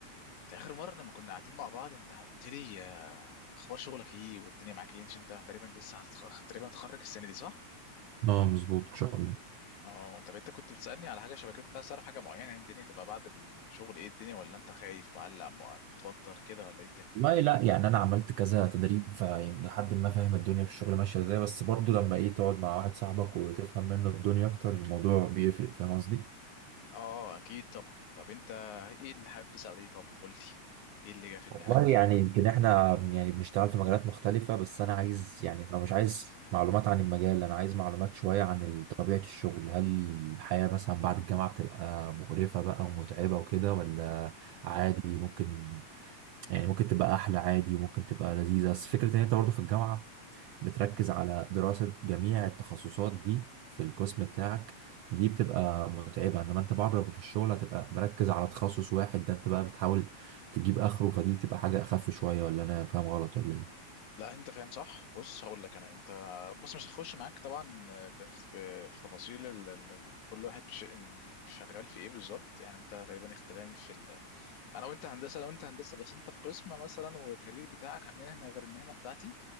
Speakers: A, on the left (about 80°); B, on the right (about 80°).
A: انت اخر مره لما كنا قاعدين مع بعض انت قلت لي آه، اخبار شغلك ايه والدنيا معاك ايه عشان انت تقريبا لسه هتخ... تقريبا هتخرج السنه دي صح
B: اه مظبوط ان شاء الله
A: اه طب انت كنت بتسالني على حاجه شبكيه كنت عايز تعرف حاجه معينه يعني الدنيا تبقى بعد الشغل ايه الدنيا ولا انت خايف مقلق م- متوتر كده ولا ايه الدنيا
B: والله لا يعني انا عملت كذا تدريب فيعني لحد ما فاهم الدنيا في الشغل ماشيه ازاي بس برضو لما ايه تقعد مع واحد صاحبك وتفهم منه الدنيا اكتر الموضوع بيفرق فاهم قصدي
A: اه اكيد طبعا طب انت ايه اللي حابب تسال ايه طب قول لي ايه اللي جه في دماغك
B: والله يعني يمكن احنا بن- يعني بنشتغل في مجالات مختلفه بس انا عايز يعني فانا مش عايز معلومات عن المجال انا عايز معلومات شويه عن ال- طبيعه الشغل هل الحياه مثلا بعد الجامعه بتبقى مقرفه بقى ومتعبه وكده ولا عادي ممكن يعني ممكن تبقى احلى عادي وممكن تبقى لذيذه بس فكره ان انت برضه في الجامعه بتركز على دراسة جميع التخصصات دي في القسم بتاعك دي بتبقى متعبة انما انت بره في الشغل هتبقى مركز على تخصص واحد ده انت بقى بتحاول تجيب اخره فدي تبقى حاجة اخف شوية ولا انا فاهم غلط ولا ايه
A: لا انت فاهم صح بص هقول لك انا انت بص مش هتخش معاك طبعا بخ- ب- في تفاصيل ال... ال- كل واحد ش- شغال في ايه بالظبط يعني انت تقريبا اختلاف في ال... انا وانت هندسه انا وانت هندسه بس انت في قسم مثلا والكارير بتاعك مهنه غير المهنه بتاعتي